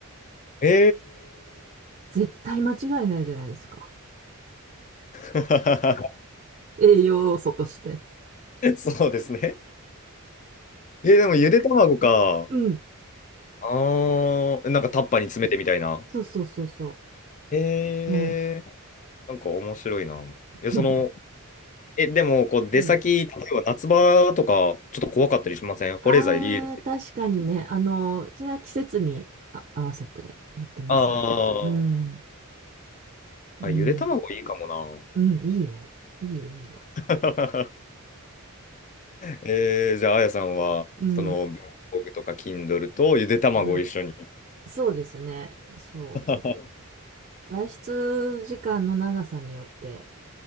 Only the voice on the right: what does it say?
絶対間違いないじゃないですか。
栄養素として。
うん。
そうそうそうそ
う。うん。
<laughs>
うん。
ああ、確かにね。あの、それは季節にあ合わせてやってますね。
うん。うん。
うん、いいよ。いいよ、いいよ。
うん。
うん。そうですね。そう。
外出時間の長さによって、